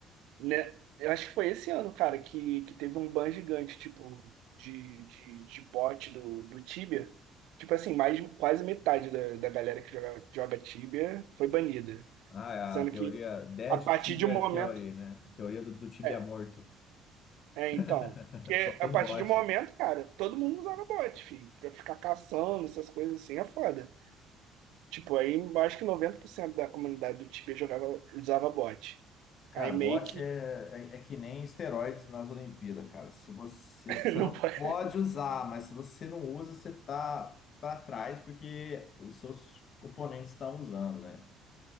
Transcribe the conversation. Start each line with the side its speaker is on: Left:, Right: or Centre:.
Right: né? Eu acho que foi esse ano, cara, que, que teve um ban gigante, tipo, de, de, de bot do, do Tibia. Tipo assim, mais, quase metade da, da galera que joga, joga Tibia foi banida.
Left: Ah, é a
Right: Sendo
Left: teoria
Right: que
Left: Dead
Right: A partir
Left: Tibia
Right: de um momento.
Left: Theory, né? A teoria do, do tibia
Right: É,
Left: morto.
Right: é, então.
Left: <laughs>
Right: Porque
Left: Só tem
Right: a partir
Left: bot.
Right: de um momento, cara, todo mundo usava bot, filho. Pra ficar caçando, essas coisas assim, é foda. Tipo, aí eu acho que 90% da comunidade do Tibia jogava, usava bot.
Left: Cara,
Right: Aí meio
Left: bot
Right: que
Left: é, é, é que nem esteroides nas Olimpíadas, cara. Se você,
Right: <laughs>
Left: você
Right: não
Left: não
Right: pode.
Left: pode usar, mas se você não usa, você tá pra trás porque os seus componentes estão usando, né?